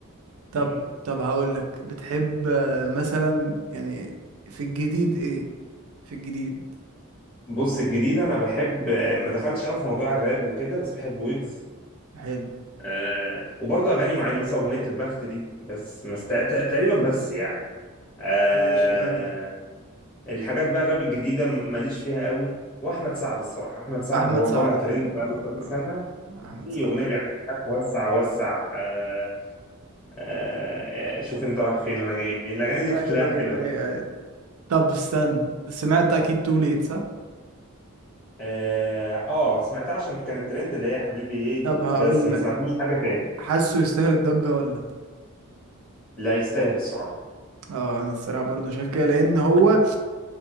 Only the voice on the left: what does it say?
مم.
بص الجديد انا بحب ما دخلتش قوي في موضوع الراب وكده بس بحب ويجز
آه وبرضه اغاني معينه مثلا اغنيه البخت دي بس مست... تقريبا بس يعني آه
الحاجات بقى الراب الجديده ماليش فيها قوي واحمد سعد الصراحه احمد سعد
هو طالع
ترند
بقى له
كذا سنه
في
اغنيه
بيعملها وسع وسع آه آه شوف انت رايح فين وانا جاي منين الاغاني دي
كلها حلوه
يعني
اه آه، سمعتها عشان كانت ترند اللي هي حبيبي ايه
دي
بس ما
سمعتلوش حاجه تاني
لا يستاهل الصراحه